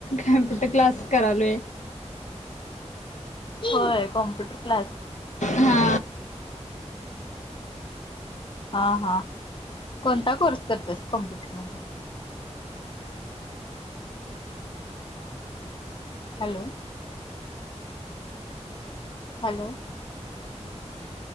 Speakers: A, on the left; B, on the left.
A: कॅम्प्युटर क्लास, करालो आहे.
B: होय कॉम्प्युटर क्लास,
A: हा
B: हा, हा कोणता कोर्स करतेस? कॉम्प्युटरमध्ये, hello? Hello?